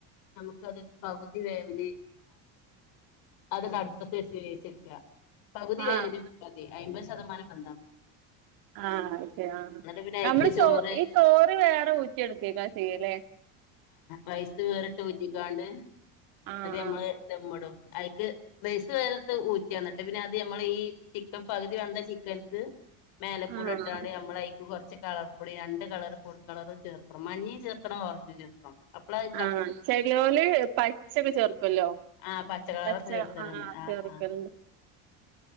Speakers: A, on the left; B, on the right.
A: നമുക്ക അത് പകുതി വേവനി. അത് തടുടുപ്പത്തി വെച്ച് വച്ചിരിക്ക പകുതി
B: ആഹ്
A: കതി അമ്പത് ശതമാനം. അന്താ മതി.
B: ആഹ് ശരി ആ
A: എന്നിട്ട് പിന്നെ അയ്ക്ക്
B: നമ്മള്
A: ചോറ്
B: ചോ ഈ ചോറ് വേറെ ഊറ്റിയ എടുക്കക്കാരം ചെയ്യലേ.
A: റൈസ് വേറിട്ട് ഊറ്റിക്കണ്ട്
B: ആഹ്
A: അത് നമ്മള്.
B: ആഹ്
A: ധമ്മ്ടും ഐക്ക് റൈസ് വേറ ഊറ്റന്നട്ട് പിന്നെ അത് നമ്മൾ ഈ. ഇപ്പൊ പകുതി വെത്ന ചിക്കന്ക്ക് മേലക്കൂടെ
B: ആഹ്
A: ഇട്ടാണ് നമ്മളയിക്ക് കൊറച്ച് കളർ. പ്പൊടി രണ്ട് കളറ് ഫുഡ് കളർ ചേർക്കണം മഞ്ഞയും ചേർക്കണം ഓഞ്ച് ചേർ ആഹ് അപ്ലൈ
B: ആഹ് ചെലൊല് പച്ചക്കെ ചേർക്കല്ലോ.
A: ആഹ് പച്ചക്കളറൊക്കെ
B: പച്ച
A: ചേർത്തലുണ്ട്
B: ആഹ് ചെർക്കല്ണ്ട്.
A: ആഹ്